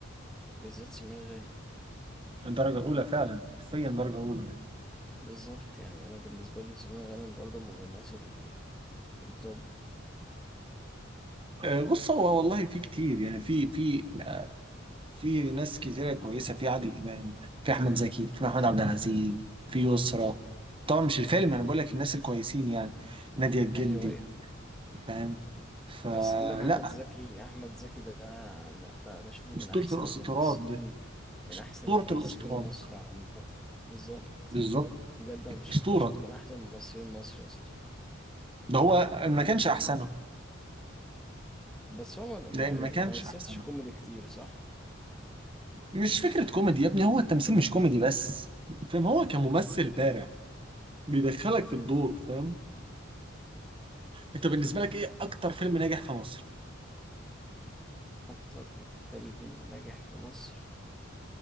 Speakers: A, in the centre; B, on the right (about 25°).
A: بالذات سمير غانم
B: درجة أولى فعلا حرفيا درجة أولى يعني.
A: بالظبط يعني أنا بالنسبة لي سمير غانم برضه من الناس ال- التوب
B: آه، بص هو والله في كتير يعني في في في ناس كتيرة كويسة في عادل إمام في أحمد زكي في محمود عبد العزيز في يسرا طبعا مش الفيلم أنا بقول لك الناس الكويسين يعني نادية الجندي
A: أيوه أيوه
B: فاهم فلا
A: بس عندك أحمد زكي أحمد زكي ده ما- ما- بشوفه من
B: أسطورة
A: أحسن
B: الأسطورات
A: الممثلين
B: ده
A: من
B: أسطورة
A: أحسن الممثلين
B: الأسطورات
A: مصر عامة بالظبط
B: بالظبط
A: بجد أنا بشوف-
B: أسطورة
A: بشوفه من أحسن ممثلين مصر يا اسطى
B: ده هو ما كانش أحسنه
A: بس هو ما-
B: ده
A: يعني
B: ما كانش
A: ما مثلش
B: أحسنه
A: كوميدي كتير صح؟
B: مش فكرة كوميدي يا ابني هو التمثيل مش كوميدي بس فاهم هو كممثل بارع بيدخلك في الدور فاهم أنت بالنسبة لك إيه أكتر فيلم ناجح في مصر؟
A: أكتر فيلم ناجح في مصر